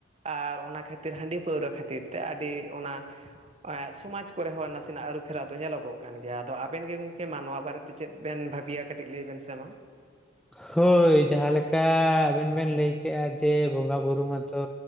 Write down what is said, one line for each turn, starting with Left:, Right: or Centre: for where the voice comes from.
Right: ᱟᱨ ᱚᱱᱟ ᱠᱷᱟᱹᱛᱤᱨ ᱦᱟᱺᱰᱤ ᱯᱟᱹᱣᱨᱟᱹ ᱠᱷᱟᱹᱛᱤᱨ ᱛᱮ ᱟᱹᱰᱤ ᱚᱱᱟ, ᱥᱚᱢᱟᱡᱽ ᱠᱚᱨᱮ ᱦᱚᱸ ᱱᱟᱥᱮᱱᱟᱜ ᱟᱹᱨᱩᱼ ᱯᱷᱮᱨᱟᱣ ᱫᱚ ᱧᱮᱞᱚᱜᱚᱜ ᱠᱟᱱ ᱜᱮᱭᱟ ᱟᱫᱚ ᱟᱵᱮᱱ ᱜᱮ ᱜᱚᱝᱠᱮ ᱢᱟ ᱱᱚᱣᱟ ᱵᱟᱨᱮ ᱛᱮ ᱪᱮᱫ ᱵᱮᱱ ᱵᱷᱟᱹᱵᱜᱼᱟ ᱠᱟᱹᱴᱤᱡ ᱞᱟᱹᱭ ᱵᱮᱱ ᱥᱮᱢᱟ
Centre: ᱦᱳᱭ ᱡᱟᱦᱟᱸᱞᱮᱠᱟ ᱟᱵᱮᱱ ᱵᱮᱱ ᱞᱟᱹᱭ ᱠᱮᱫᱮᱜᱼᱟ ᱡᱮ ᱵᱚᱸᱜᱟ ᱵᱩᱨᱩ ᱢᱟᱛᱚ